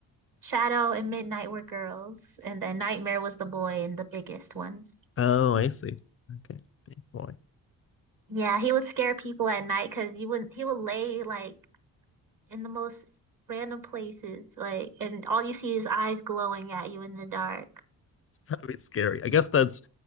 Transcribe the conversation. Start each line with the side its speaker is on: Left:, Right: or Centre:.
Right: Shadow and Midnight were girls, and then Nightmare was the boy and the biggest one.
Left: oh, I see. Okay. Big boy.
Right: Yeah, he would scare people at night because you would he would lay like in the most random places, like and all you see is eyes glowing at you in the dark.
Left: <laughs> It's kind of scary. I guess that's